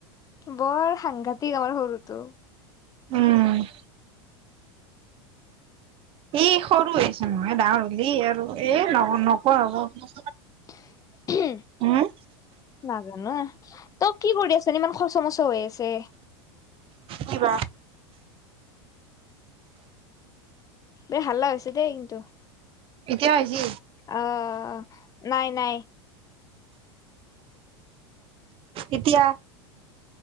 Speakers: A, on the left; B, on the right.
A: বৰ সাংঘাতিক আমাৰ সৰুটো।
B: উম এই সৰু হৈছে নহয় ডাঙৰ হ'লি আৰু এ ন নকও হ'ব
A: <inaudible>
B: উম,
A: নাজান এই, তই কি কৰি আছ ইমান খচ মচ হৈ আছে?
B: কিবা
A: এ হাল্লা হৈছে দেই কিন্তু,
B: এতিয়া হৈছি?
A: অ নাই নাই।
B: এতিয়া